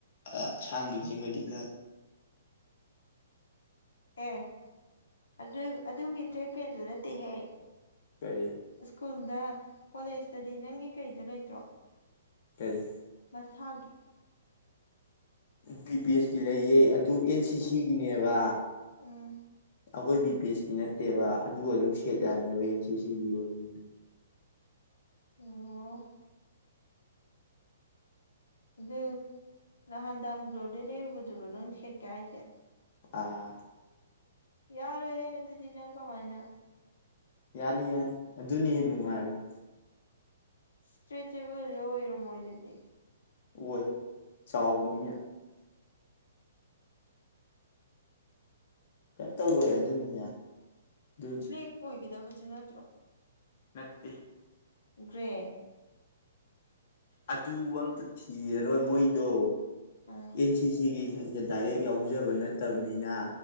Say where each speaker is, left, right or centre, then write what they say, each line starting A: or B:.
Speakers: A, on the left; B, on the left.
A: ꯑ ꯑꯁꯥꯡꯕꯤ ꯖꯤꯡꯒ ꯂꯤꯠꯅ
B: ꯑꯦ ꯑꯗꯨ ꯑꯗꯨꯒꯤ ꯇ꯭ꯔꯦꯛꯄꯦꯟꯗꯨ ꯅꯠꯇꯦꯍꯦ
A: ꯀꯔꯤ
B: ꯁ꯭ꯀꯨꯜꯗ ꯀꯣꯂꯦꯖꯇꯗꯤ ꯅꯪꯒꯤ ꯀꯩꯗꯣ ꯂꯩꯇ꯭ꯔꯣ
A: ꯀꯔꯤ
B: ꯅꯁꯥꯒꯤ
A: ꯕꯤ ꯄꯤ ꯑꯦꯁ ꯀꯤ ꯂꯩꯌꯦ ꯑꯗꯨ ꯑꯦꯟ ꯁꯤꯁꯤꯒꯤꯅꯦꯕ
B: ꯎꯝ
A: ꯑꯩꯈꯣꯏ ꯕꯤ ꯄꯤ ꯑꯦꯁꯀꯤ ꯅꯠꯇꯦꯕ ꯑꯗꯨꯒ ꯑꯗꯨꯝ ꯁꯦꯠ ꯌꯥꯅꯦꯕ ꯑꯦꯅ ꯁꯤ ꯁꯤ ꯑꯣꯅꯤ
B: ꯑꯣ ꯑꯗꯨ ꯅꯍꯥꯟ ꯇꯃꯨꯗꯔꯣꯗꯩ ꯂꯩꯔꯨꯕꯗꯨꯔꯣ ꯅꯪ ꯁꯦꯠꯀꯦ ꯍꯥꯏꯖꯦ
A: ꯑꯥ
B: ꯌꯥꯔꯣ ꯍꯦ ꯑꯗꯨꯗꯤꯅ ꯀꯃꯥꯏꯅ
A: ꯌꯥꯅꯤ ꯌꯥꯅꯤ ꯑꯗꯨꯅꯤ ꯍꯦꯟꯅ ꯅꯨꯡꯉꯥꯏꯕꯅꯤ
B: ꯏꯁꯇ꯭ꯔꯦꯆꯦꯕꯜꯗ ꯑꯣꯏꯔꯣ ꯃꯣꯏꯗꯗꯤ
A: ꯑꯣꯏꯣꯏ ꯆꯥꯎꯕꯅꯤꯌꯦ ꯀꯩꯝ ꯇꯧꯔꯣꯏ
B: ꯑꯦ
A: ꯑꯗꯨꯅ ꯌꯥꯏ ꯑꯗꯨ
B: ꯕ꯭ꯂꯦꯛ ꯑꯣꯏꯒꯗꯕꯁꯨ ꯅꯠꯇ꯭ꯔꯣ
A: ꯃꯦꯠꯇ
B: ꯒ꯭ꯔꯦ
A: ꯑꯗꯨ ꯑꯝꯇ ꯊꯤꯔꯔꯣꯏ ꯃꯣꯏꯗꯣ
B: ꯑꯥ
A: ꯑꯦꯟ ꯁꯤ ꯁꯤꯒꯤ ꯗꯥꯏꯔꯦꯛ ꯌꯥꯎꯖꯕ ꯅꯠꯇꯕꯅꯤꯅ